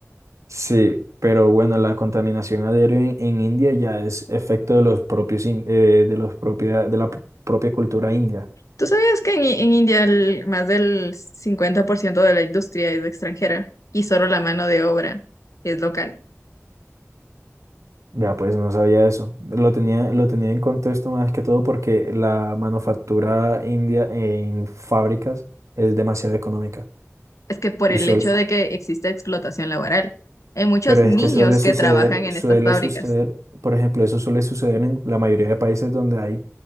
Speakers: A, on the right; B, on the left.
A: sí, pero bueno, la contaminación aérea en, en India ya es efecto de los propios in- eh, de los propia, de la p- propia cultura india.
B: ¿Tú sabías que en, en India el- más del 50% de la industria es extranjera y solo la mano de obra es local?
A: Vea, pues no sabía eso. Lo tenía, lo tenía en contexto más que todo porque la manufactura india en fábricas es demasiado económica.
B: Es que por
A: y
B: el
A: suel
B: hecho de que existe explotación laboral, hay muchos
A: Pero es
B: niños
A: que suele
B: que
A: suceder,
B: trabajan en
A: suele
B: estas fábricas.
A: suceder, por ejemplo, eso suele suceder en la mayoría de países donde hay